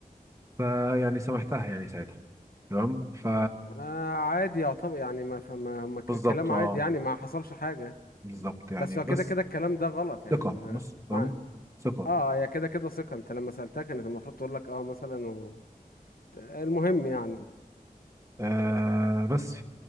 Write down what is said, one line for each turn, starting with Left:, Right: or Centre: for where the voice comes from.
Right: فيعني سامحتها يعني ساعتها تمام ف
Left: آه عادي يعتبر يعني ما فما ما ك-
Right: بالظبط
Left: كلام
Right: اه
Left: عادي يعني ما حصلش حاجة
Right: بالظبط يعني
Left: بس
Right: بس
Left: هو كده كده الكلام ده غلط يعني
Right: ثقه
Left: آه،
Right: بس تمام
Left: معاك
Right: ثقه
Left: اه هي كده كده ثقة انت لما سألتها كانت المفروض تقول لك اه مثلا و... ت- المهم يعني
Right: آه بس